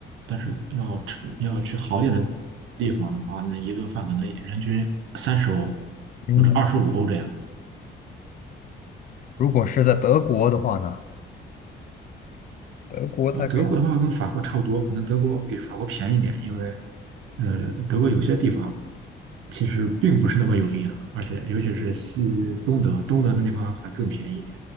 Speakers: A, on the right (about 80°); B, on the left (about 45°).
A: 但是要吃要去好点的地方的话，那一顿饭可能人均三十欧
B: 嗯，
A: 或者二十五欧这样。
B: 如果是在德国的话呢，德国大概。
A: 那德国的话跟法国差不多，可能德国比法国便宜点，因为呃，德国有些地方其实并不是那么有名啊，而且尤其是西东德，东德那地方还更便宜一点。